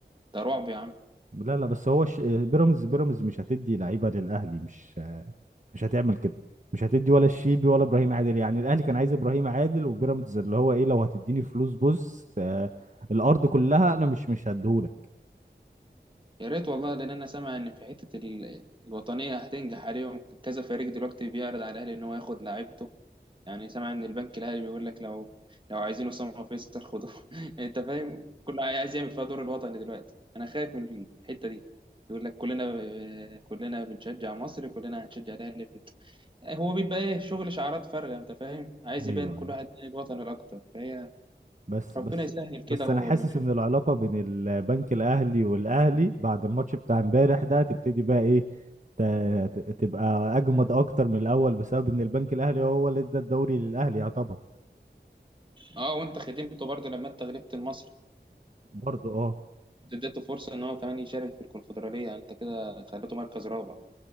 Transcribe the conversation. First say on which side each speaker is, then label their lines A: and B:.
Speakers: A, on the right; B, on the right.
A: ده رعب يا عم
B: لا لا بس هو الش- بيراميدز بيراميدز مش هتدي لعيبة للأهلي مش مش هتعمل كده مش هتدي ولا الشيبي ولا إبراهيم عادل يعني الأهلي كان عايز إبراهيم عادل وبيراميدز اللي هو إيه لو هتديني فلوس بص آه الأرض كلها أنا مش مش هديهولك
A: يا ريت والله لان انا سامع ان في حته ال- الوطنيه هتنجح عليهم كذا فريق دلوقتي بيعرض على الاهلي ان هو ياخد لعيبته يعني سامع ان البنك الاهلي بيقول لك لو لو عايزين اسامه فيصل خدوه <laughs> انت فاهم كل عايز يعمل فيها دور الوطني دلوقتي انا خايف من الحته دي يقول لك كلنا كلنا بنشجع مصر كلنا هنشجع الاهلي في- هو بيبقى ايه شغل شعارات فارغه انت فاهم عايز
B: أيوه
A: يبان
B: أيوه
A: كل واحد من الوطن الاكتر فهي
B: بس
A: ربنا
B: بس
A: يسهل كده
B: بس
A: ولما
B: انا حاسس
A: نشوف
B: ان العلاقه بين البنك الاهلي والاهلي بعد الماتش بتاع امبارح ده تبتدي بقى ايه ت- ت- تبقى اجمد اكتر من الاول بسبب ان البنك الاهلي هو اللي ادى الدوري للاهلي يعتبر
A: اه وانت خدمته برضه لما انت غلبت المصري
B: برضه اه
A: انت اديته فرصه ان هو كمان يشارك في الكونفدراليه انت كده خليته مركز رابع